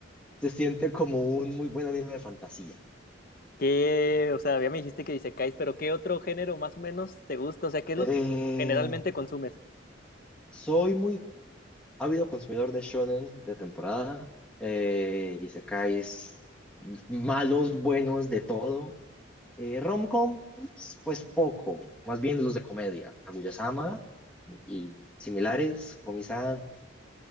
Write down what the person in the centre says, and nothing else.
Se siente como un muy buen anime de fantasía.
Eh,
soy muy Ha habido consumidor de shonen de temporada, eh, isekais, malos, buenos, de todo. Eh, romcoms, pues poco, más bien los de comedia, Kaguya-sama y similares, Komi-san,